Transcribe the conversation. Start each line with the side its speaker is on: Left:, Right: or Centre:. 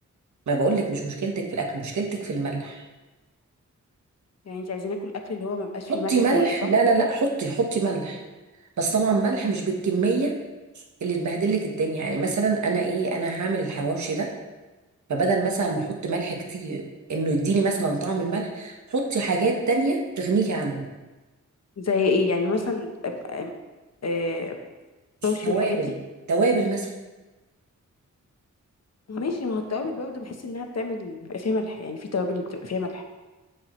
Right: ما بقولك مش مشكلتك في الاكل مشكلتك في الملح
Left: يعني انت عايزين ناكل اكل اللي هو ما بقاش
Right: حطي
Left: فيه ملح
Right: ملح
Left: خالص صح
Right: لا لا لا حطي حطي ملح بس طبعا ملح مش بالكميه اللي تبهدلك الدنيا يعني مثلا انا ايه انا هعمل الحواوشي ده فبدل مثلا ما احط ملح كتير انه يديني مثلا طعم الملح حطي حاجات تانية تغنيكي عنه
Left: زي ايه يعني مثلا أم- أم- آه، توابشي
Right: توابل
Left: والحاجات دي
Right: توابل مثلا
Left: ماشي ما هو التوابل برضه بحس انها بتعمل بيبقى فيها ملح يعني في توابل بتبقى فيها ملح